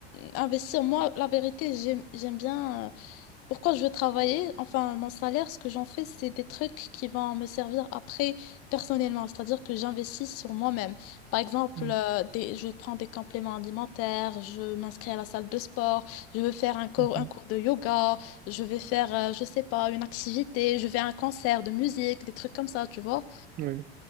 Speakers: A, on the left; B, on the right.
A: investir. Moi, la vérité, j'aime, j'aime bien. euh, Pourquoi je veux travailler? Enfin, mon salaire, ce que j'en fais, c'est des trucs qui vont me servir après personnellement, c'est-à-dire que j'investis sur moi-même. Par exemple,
B: mhm,
A: euh, des- je prends des compléments alimentaires, je m'inscris à la salle de sport, je veux faire un cours,
B: mhm,
A: un cours de yoga, je vais faire, euh, je sais pas, une activité, je vais à un concert de musique, des trucs comme ça, tu vois.
B: oui.